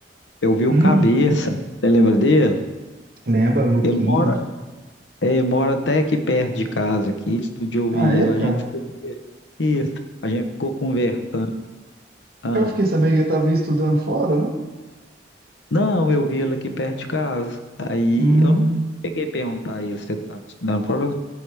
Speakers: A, on the left (about 85°); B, on the right (about 55°).
A: eu vi o
B: Hum,
A: Cabeça, você lembra dele?
B: lembra, Luquinha.
A: Ele mora, é, ele mora até aqui perto de casa, aqui, outro dia eu
B: Ah,
A: vi
B: é,
A: ele, a
B: cara?
A: gente ficou conversando. Isso, a gente ficou conversando. Ah,
B: Eu fiquei sabendo que ele estava estudando fora, não?
A: não, eu vi ele aqui perto de casa. Aí
B: Hum,
A: eu não peguei a perguntar a ele se ele estava estudando. Falou-